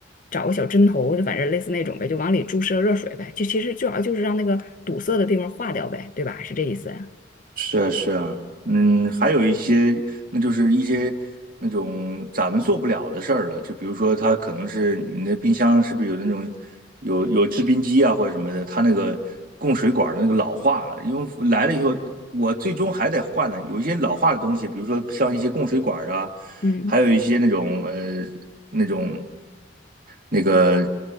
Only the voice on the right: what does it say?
是啊，是啊，嗯，还有一些，那就是一些那种咱们做不了的事儿了，就比如说，它可能是你那冰箱是不是有那种有有制冰机啊或者什么的，它那个供水管儿那个老化了，因为来了以后，我最终还得换呢。有一些老化的东西，比如说像一些供水管儿啊，
还有一些那种呃那种。那个